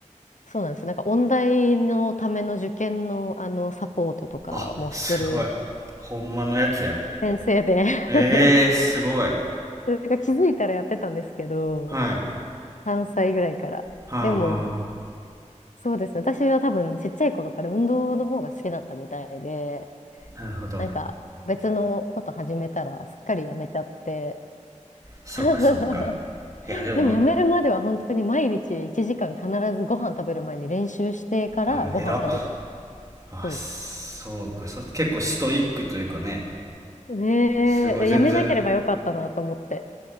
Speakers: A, on the left; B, on the right.
A: そうなんです。なんか、音大のための受験の、あの、サポートとかもしてる
B: あ、すごい。ほんまのやつや。
A: 先生で。<laughs>
B: ええー、すごい。
A: なんか気づいたらやってたんですけど、
B: はい。
A: 3歳ぐらいから。
B: はあ。
A: でも、そうですね。私は多分ちっちゃい頃から運動の方が好きだったみたいで、
B: なるほど。
A: なんか別のこと始めたらすっかりやめちゃって。
B: そうか、
A: <laughs>
B: そうか。いや、でも、
A: でもやめるまでは本当に毎日1時間必ずご飯食べる前に練習してからご飯食べてます。
B: あ、偉っ。あ、
A: そ
B: そうか。そう結構ストイックというかね。
A: う。ねえ、
B: すごい、
A: でやめなければよかったなと思って。
B: 全然。